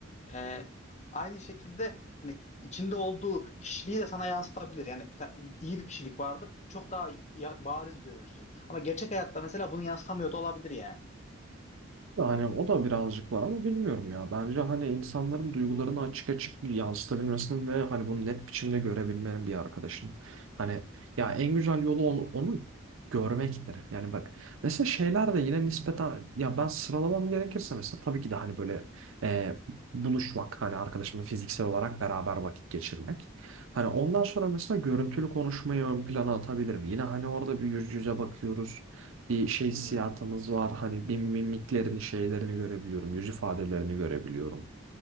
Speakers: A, on the left; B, on the right.
A: e, aynı şekilde hani içinde olduğu kişiliği de sana yansıtabilir. Yani mesela iyi bir kişilik vardır çok daha ya- bariz görürsün ama gerçek hayatta mesela bunu yansıtamıyor da olabilir yani.
B: Yani o da birazcık var ama bilmiyorum ya. Bence hani insanların duygularını açık açık yansıtabilmesinin ve hani bunu net biçimde görebilmenin bir arkadaşın. Hani ya en güzel yolu onu, onu görmektir. Yani bak mesela şeyler de yine nispeten ya ben sıralamam gerekirse mesela tabii ki de hani böyle e, buluşmak hani arkadaşımla fiziksel olarak beraber vakit geçirmek. Hani ondan sonra mesela görüntülü konuşmayı ön plana atabilirim. Yine hani orada bir yüz yüze bakıyoruz bir şey hissiyatımız
A: Hmm.
B: var. Hani bir mimiklerini, şeylerini görebiliyorum. Yüz ifadelerini görebiliyorum.